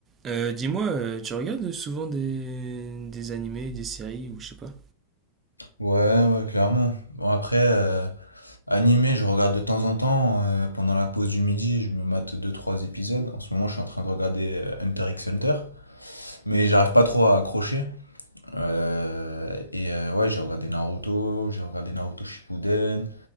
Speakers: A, on the right (about 25°); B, on the left (about 80°).
A: Euh, dis-moi, euh, tu regardes souvent des, des animés, des séries ou je sais pas?
B: Ouais, ouais, clairement. Bon, après, euh, animé, je regarde de temps en temps. euh, pendant la pause du midi, je me mate deux trois épisodes. En ce moment, je suis en train de regarder euh, Hunter x Hunter. Mais j'arrive pas trop à accrocher. Euh, et euh, ouais, j'ai regardé Naruto, j'ai regardé Naruto Shippuden.